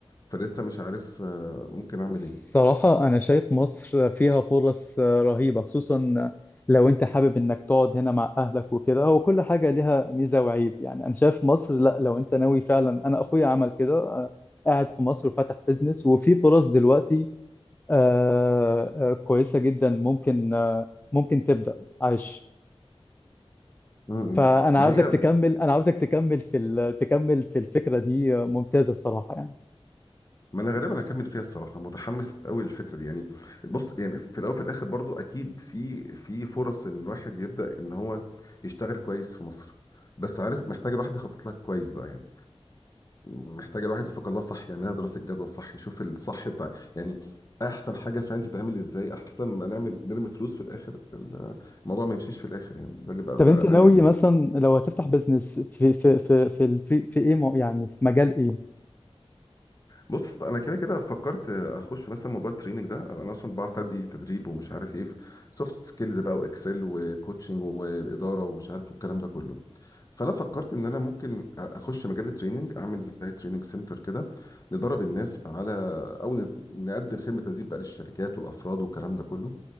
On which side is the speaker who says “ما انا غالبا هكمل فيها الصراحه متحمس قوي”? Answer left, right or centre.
Left